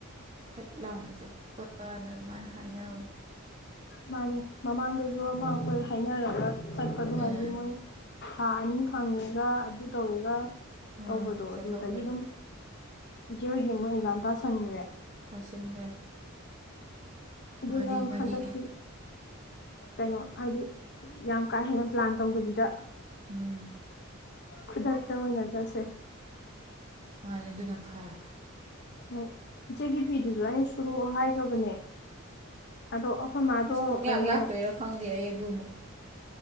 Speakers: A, on the right (about 30°); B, on the left (about 50°).
A: ꯐꯠ ꯂꯥꯎꯅ ꯆꯠꯄꯅ ꯑꯗꯨꯃꯥꯏꯅ ꯍꯥꯏꯅꯕ
B: ꯃꯥꯅꯦ ꯃꯃꯥꯡꯗꯁꯨ ꯑꯃ ꯑꯈꯣꯏ ꯍꯥꯏꯅꯔ ꯆꯠꯄꯗꯨ ꯍꯥꯏꯗꯤ
A: ꯑꯥ
B: ꯃꯣꯏ ꯊꯥ ꯑꯅꯤ ꯐꯪꯉꯦꯒ ꯑꯗꯨ ꯇꯧꯋꯦꯒ
A: ꯑꯥ
B: ꯇꯧꯕꯗꯣ
A: ꯆꯠꯍꯧꯗ꯭ꯔꯦ
B: ꯑꯗꯨꯗꯒꯤ ꯑꯗꯨꯝ ꯏꯆꯦ ꯍꯣꯏꯒꯤ ꯃꯣꯏ ꯑꯦꯛꯖꯥꯝ ꯇꯥꯁꯟꯈ꯭ꯔꯦ
A: ꯇꯥꯁꯤꯟꯈ꯭ꯔꯦ
B: ꯑꯗꯨꯅ
A: ꯃꯔꯤ ꯃꯔꯤ
B: ꯍꯟꯗꯛꯇꯤ ꯀꯩꯅꯣ ꯍꯥꯏꯗꯤ ꯌꯥꯝ ꯀꯥ ꯍꯦꯟꯅ ꯄ꯭ꯂꯥꯟ ꯇꯧꯗꯕꯤꯗ
A: ꯎꯝ
B: ꯈꯨꯗꯥꯛ ꯇ ꯑꯣꯏꯅ ꯆꯠꯁꯦ
A: ꯃꯥꯅꯤ ꯑꯗꯨꯅ ꯐꯔꯦ
B: ꯎꯝ ꯏꯆꯦꯒꯤ ꯐꯤꯗꯨꯁꯨ ꯑꯩꯅ ꯁꯨꯔꯛꯑꯣ ꯍꯥꯏꯈ꯭ꯔꯕꯅꯦ ꯑꯗꯣ ꯑꯈꯣꯏ ꯃꯥꯗꯣ
A: ꯑꯁ ꯄꯨꯡꯌꯥꯛ
B: ꯀꯩꯅꯣ
A: ꯌꯥꯛꯇꯣꯏꯔꯥ ꯈꯪꯗꯦ ꯑꯩ ꯑꯗꯨ ꯑꯃꯨꯛ